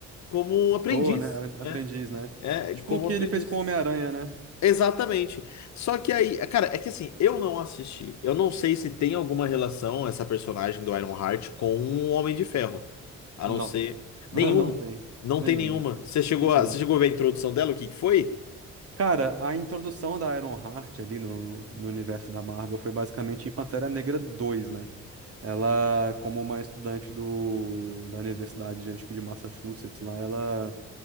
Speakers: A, on the left (about 65°); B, on the right (about 50°).
A: como um aprendiz,
B: Tô, né? Aprendiz,
A: né?
B: né?
A: É,
B: Tipo
A: como
B: o que
A: aprendiz.
B: ele fez com o Homem-Aranha, né?
A: Exatamente. Só que aí, cara, é que assim, eu não assisti. Eu não sei se tem alguma relação essa personagem do Ironheart com o Homem de Ferro. A
B: Não.
A: não ser nenhuma.
B: <laughs> Não tem.
A: Não
B: Nenhuma.
A: tem nenhuma. Você chegou
B: Uh-uh.
A: a, você chegou a ver a introdução dela, o que que foi?
B: Cara, a introdução da Ironheart ali no, no universo da Marvel foi basicamente em Pantera Negra dois, né? Ela, como uma estudante do, da universidade, de- acho que de Massachusetts, lá, ela